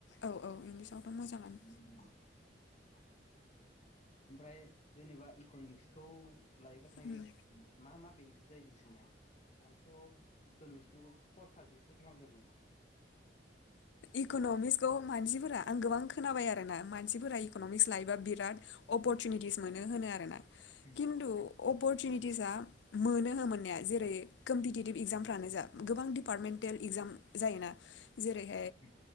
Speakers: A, on the left; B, on the left.
A: औ औ इंलिसावथ'
B: <unintelligible>
A: मोजाङानो
B: <unintelligible> ओमफ्राय जेनेबा इकनमिक्सखौ लायोबाथाय
A: उम
B: मा मा बेनि जायो नोंसिनिया आंथ इकनमिक्सखौ फर साबजेक्टसो खालामदोंमोन।
A: इकनमिक्सखौ मानसिफोरा आं गोबां खोनाबाय आरोना मानसिफोरा इकनमिक्स लायोबा बिराद अपर सुनिटिस मोनो होनो आरोना
B: उम
A: खिन्थु अपरसुनिटिसा मोनो हो मोननाया। जेरै कम्पिटिटिभ इक्जामफ्रानो जा गोबां दिडिपार्टमेन्टेल इगजाम जायोना। जेरै
B: उम